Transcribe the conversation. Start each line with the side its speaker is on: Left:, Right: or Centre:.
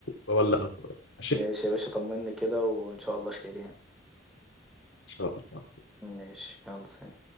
Left: وابلغك قريب ماشي
Centre: ماشي يا باشا طمني كده وإن شاء الله خير يعني
Left: ان شاء الله
Centre: ماشي يلا سلام